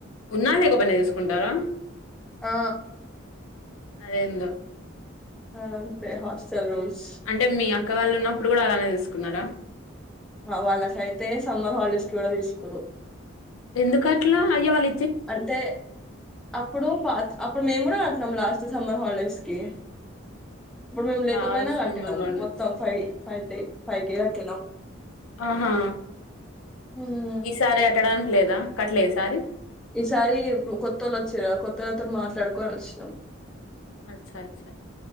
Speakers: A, on the left; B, in the centre.
A: ఉన్నా లేకపోయినా తీసుకుంటారా.
B: ఆ.
A: అదేందో.
B: అది అంతే హాస్టల్ రూల్స్.
A: అంటే మీ అక్క వాళ్ళు ఉన్నప్పుడు కూడా అలానే తీసుకున్నారా.
B: అ వాళ్ళకైతే సమ్మర్ హాలిడేస్ కి కూడా తీసుకురు.
A: ఎందుకు అట్లా అయ్య వాళ్.
B: అంటే అప్పుడు పాత అప్పుడు మేము గూడా అట్లం లాస్ట్ సమ్మర్ హాలిడేస్ కి. అప్పుడు మేము లేకపోయినా
A: లాస్ట్
B: కట్టినాము
A: సమ్మర్ హాలిడేస్
B: మొత్తం five five K five K కట్టినాం.
A: ఆహా
B: ఉమ్
A: ఈసారి అట్టడానికి లేదా కట్టలే ఈసారి.
B: ఈసారి కొత్త వాళ్ళ వచ్చారు కొత్త వాళ్ళతోను మాట్లాడుకొని వచ్చినాం.
A: అచ్చ అచ్చ.